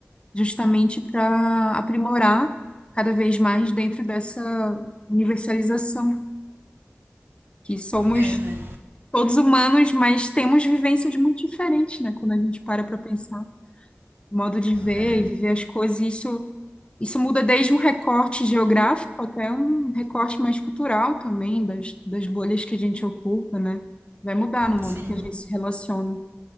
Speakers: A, on the left; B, on the right.
A: justamente para aprimorar cada vez mais dentro dessa universalização, que somos
B: É, né?
A: todos humanos, mas temos vivências muito diferentes, né? Quando a gente para para pensar modo de ver
B: É,
A: e viver as coisas. e Isso, isso muda desde um recorte geográfico até um recorte mais cultural também, das, das bolhas que a gente ocupa, né? Vai mudar no modo
B: sim,
A: que a gente se relaciona